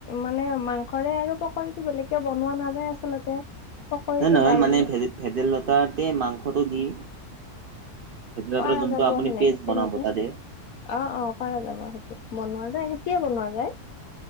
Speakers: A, on the left (about 70°); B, on the right (about 80°).
A: মানে মাংসৰে আৰু পকৰী বেলেগে বনোৱা নাযায় আচলতে। পকৰীটো
B: নহ নহয়
A: দাইল
B: মানে ভেদাইলতাতে মাংসটো দি, ভেদাইলতা
A: পাৰা
B: যোনটো
A: যাব সেনেকে
B: পেষ্ট বনাব
A: তেনেকে
B: তাতে।
A: অ, অ, পাৰা যাব সেইটো বনোৱা যায়, সেইটোয়েই বনোৱা যায়।